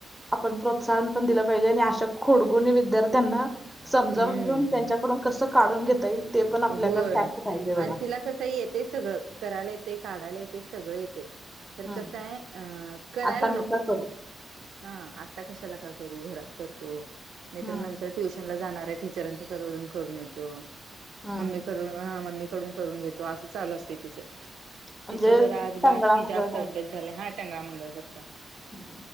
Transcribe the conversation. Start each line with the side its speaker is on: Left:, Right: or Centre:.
Centre: आपण प्रोत्साहन पण दिलं पाहिजे आणि अशा खोडगुणी विद्यार्थ्यांना समजावून
Right: हम्म
Centre: घेऊन त्यांच्याकडून कसं काढून घेता येईल. ते पण आपल्याकडे
Right: होय
Centre: टॅक्ट पाहिजे
Right: आणि
Centre: बघा.
Right: तिला कसं येतय सगळं करायला येतय, काढायला येतय सगळं येतय. खरं
Centre: हं,
Right: कस हाय अं करायला
Centre: आता
Right: नको.
Centre: मी का करू?
Right: हा. आता कशाला का करू घरात करतो, नाही
Centre: हं,
Right: तर नंतर ट्युशन ला जाणाऱ्या टीचरांच्या करवडून करून येतो.
Centre: हं.
Right: मम्मीकडून हा मम्मीकडून करून घेतो असं चालू असतय तिज.
Centre: म्हणजे
Right: टीचर जरा आज
Centre: टंगळा
Right: बास की
Centre: मंगळ
Right: जास्त अभ्यास झालाय हा टांगळा मंगळ करत्या.
Centre: हा.